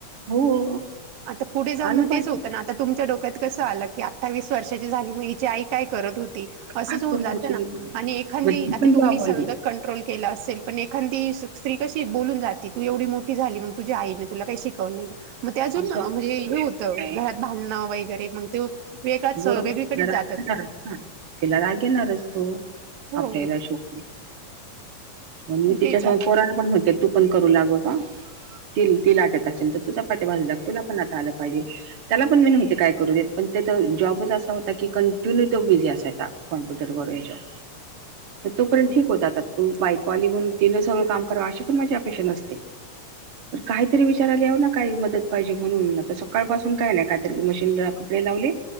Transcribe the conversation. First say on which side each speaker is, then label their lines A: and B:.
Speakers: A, on the right (about 50°); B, on the right (about 80°).
A: हो
B: आता पुढे जाऊन
A: आलं
B: मग
A: पाहिजे
B: तेच होतं ना. आता तुमच्या डोक्यात कस आलं की, अठ्ठावीस वर्षाची झाली म हिची आई काय करत होती. ती असच
A: काय
B: होऊन
A: करतो
B: जात
A: तू
B: ना आणि एखादी
A: मग ती
B: आता
A: पण
B: तुम्ही
A: जॉब
B: सगळ
A: आली
B: कटी ''--'' रोल केलं असेल पण एखादी स्त्री कशी बोलून जाते तू एवढी मोठी झाली मग तुझ्या आईने तुला काही शिकवलं. नाही का मग ते अजून
A: असं
B: म्हणजे
A: आपण बोलू
B: हे होतं
A: शकत नाही
B: घरात भांडणं वगैरे मग ते. वेगळाच
A: बरोबर
B: वेगळीकडेच
A: रागणार
B: जातं ते.
A: ना तिला राग येणारच तो
B: हो,
A: आपल्याला
B: हो.
A: शोक. पण मी तिच्या
B: तेच
A: समोर
B: आहे.
A: पोराणा पण म्हणते तू पण करू लाग बाबा ती तीलाटत आहं. <unintelligible> नाहीतर तू चपात्या भाजू लागं तुला पण आता आलं पाहिजे त्याला पण मी नाही काय करू दे. तो जॉबच असा होता की, कंटिन्यू तो बिझी असायचा कॉम्प्युटर वून या्याच्यावर. तो पर्यंत
B: हो.
A: ठीक होतं आता बायको आली म्हणून तिनं सगळं काम करावं अशी पण माझी अपेक्षा नसते. पण काहीतरी विचार यालावर ना काही मदत. पाहिजे म्हणून आता सकाळपासून काय नाही काहीतरी मशीनला कपडे लावले.